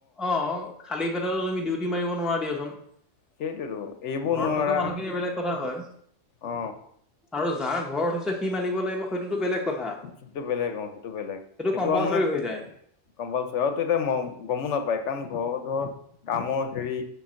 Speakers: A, in the centre; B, on the left (about 70°).
A: অ খালী পে তুমি ডিউটি মাৰিব নোৱাৰ দিয়াচোন।
B: সেইটোৱেতো এৰিবও
A: ঘৰত
B: নোৱাৰা
A: থকা মানুহখিনি এই বেলেগ কথা হয়।
B: অ
A: আৰু যাৰ ঘৰত হৈছে সি মানিব লাগিব সেইটোতো বেলেগ কথা।
B: সেইটো বেলেগ অ সেইটো বেলেগ সেইটো
A: কম্পালচৰি
B: আৰু মানে
A: হৈ যায়
B: কম্পালচ আৰু এতিয়া গমো নাপায় কাৰণ, ঘ ধৰ কামৰ হেৰি